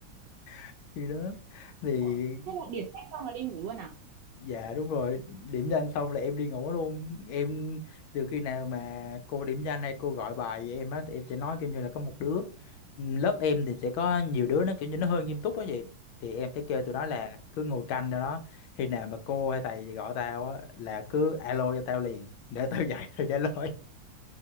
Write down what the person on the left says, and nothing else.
<laughs> khi đó thì
Dạ đúng rồi, điểm danh xong là em đi ngủ luôn. Em từ khi nào mà cô điểm danh hay cô gọi bài vậy em á thì em sẽ nói kiểu như là có một đứa ừm, lớp em thì sẽ có nhiều đứa nó kiểu như nó hơi nghiêm túc á vậy. Thì em sẽ kêu tụi nó là cứ ngồi canh đâu đó. Khi nào mà cô hay thầy gì gọi tao á là cứ alo cho tao liền để tao <laughs> dậy tao trả lời.